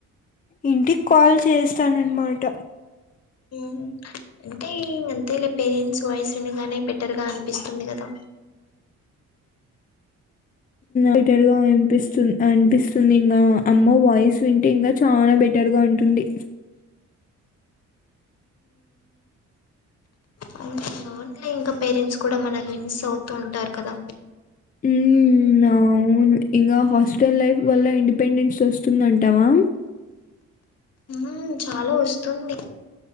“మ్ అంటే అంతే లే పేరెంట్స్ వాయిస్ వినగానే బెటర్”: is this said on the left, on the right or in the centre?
Left